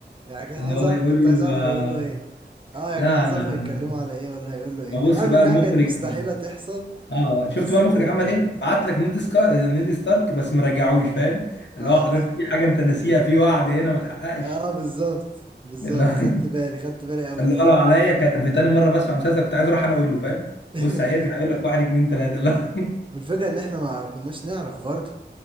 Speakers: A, on the right (about 30°); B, on the left (about 80°).
A: يعني كان
B: ان
A: عايز
B: هو
A: اعرف
B: يقول
A: كنت عايز اعرف
B: له
A: هيقول
B: آه،
A: له ايه اه يا
B: لا
A: كان عايز
B: انا
A: اعرف هيتكلموا على ايه ولا هيقول له ايه
B: ما بص
A: انا عارف
B: بقى
A: انها
B: المخرج
A: كانت مستحيلة تحصل
B: اه شفت
A: بس
B: بقى المخرج
A: <laughs>
B: عمل ايه؟ بعت لك نيد سكا... نيد ستارك بس ما رجعوش فاهم؟ اللي
A: اه
B: هو حضرتك في حاجه انت ناسيها في وعد هنا ما اتحققش
A: اه بالظبط بالظبط
B: اللي هو
A: خدت بالي
B: <laughs>
A: خدت بالي قوي
B: اللي هو لو عليا كان في تاني مره بسمع مسلسل كنت عايز اروح انا اقول له فاهم؟
A: <laughs>
B: بص هيرجع يقول لك واحد اتنين تلاته اللي هو
A: والفكرة ان احنا ما كناش نعرف برضه